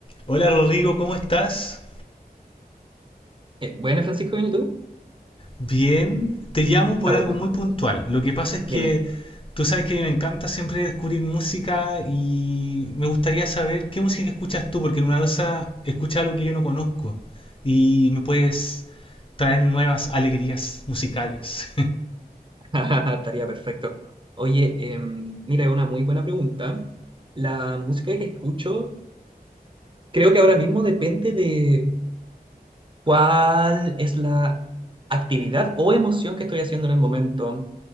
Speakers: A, on the left; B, on the right.
A: Hola Rodrigo, ¿cómo estás?
B: Eh, buena, Francisco, ¿bien y tú?
A: Bien, te llamo por
B: Está bueno,
A: algo muy puntual. Lo que pasa es que
B: dime.
A: tú sabes que a mí me encanta siempre descubrir música y me gustaría saber qué música escuchas tú, porque en una dosa escucha algo que yo no conozco y me puedes traer nuevas alegrías musicales.
B: <laughs> Estaría perfecto. Oye, em, mira, es una muy buena pregunta. La música que escucho, creo que ahora mismo depende de cuál es la actividad o emoción que estoy haciendo en el momento.